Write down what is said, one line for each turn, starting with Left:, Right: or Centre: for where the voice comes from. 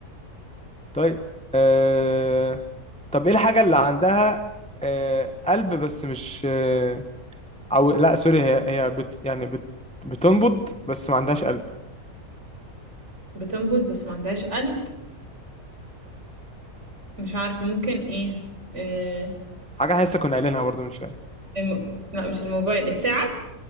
Centre: <laughs> طيب آه... طب ايه الحاجة اللي عندها آه... قلب بس مش آه... او لا سوري هي هي بت يعني بت بتنبض بس ما عندهاش قلب
Right: بتنبض بس ما عندهاش قلب مش عارفة ممكن إيه آه
Centre: حاجه احنا لسه كنا قايلينها برضو من شويه
Right: الم... لا مش الموبايل الساعة